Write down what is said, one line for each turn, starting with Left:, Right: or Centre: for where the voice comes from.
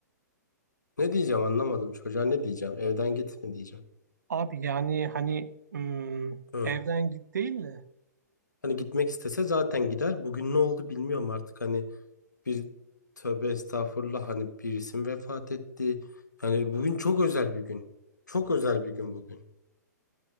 Left: Ne diyeceğim anlamadım çocuğa ne diyeceğim evden gitme diyeceğim.
Right: Abi yani hani hmm,
Left: Hı.
Right: evden git değil de
Left: Hani gitmek istese zaten gider bugün ne oldu bilmiyorum artık hani bir tövbe estağfurullah hani birisi isim vefat etti. Yani bugün çok özel bir gün çok özel bir gün bugün.